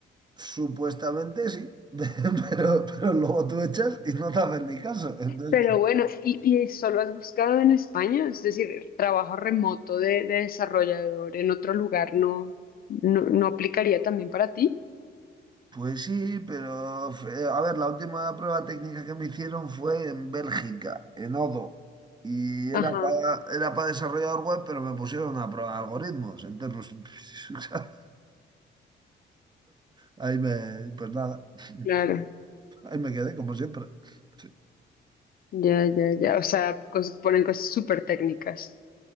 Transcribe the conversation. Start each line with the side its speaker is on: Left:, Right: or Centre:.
Right: Supuestamente sí, <laughs> pero, pero luego tú echas y no te hacen ni caso. Entonces,
Left: Pero bueno, ¿y, y solo has buscado en España? Es decir, trabajo remoto de, de desarrollador en otro lugar no, no, no aplicaría también para ti.
Right: pues sí, pero fue- a ver, la última prueba técnica que me hicieron fue en Bélgica, en Odo. Y era
Left: Ajá,
Right: para era para desarrollador web, pero me pusieron a prueba de algoritmos. Entonces, pues, <laughs> ahí me, pues nada, <laughs>
Left: claro.
Right: ahí me quedé como siempre. Sí.
Left: Ya, ya, ya. O sea, cos- ponen cosas súper técnicas.